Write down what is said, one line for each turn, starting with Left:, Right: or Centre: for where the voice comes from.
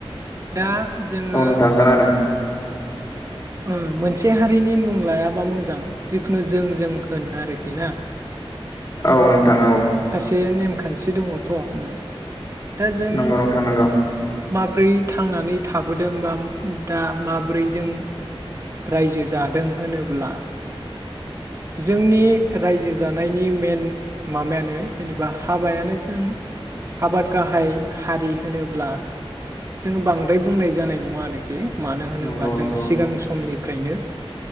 Right: दा जोङो
Left: औ नोंथां खोनादों
Right: ओ मोनसे हारिनि मुं लायाबा मोजां। जिखुनु जों जों होन आरोखि ना
Left: औ नोंथां औ।
Right: बे नेमखान्थि दङथ' उम। दा जों
Left: नंगौ नोंथां नोंगौ।
Right: माब्रै थांनानै थाबोदों बा दा माबोरै जों रायजो जादों होनोब्ला जोंनि रायजो जानायनि मेन माबायानो जेने बा हाबायानो जों आबाद गाहाय हारि होनोब्ला जोङो बांद्राय बुंनाय जानाय नङा आरोखि। मानो होनोबा
Left: नंगौ
Right: जों
Left: नंगौ
Right: सिगां स मनिफ्रायनो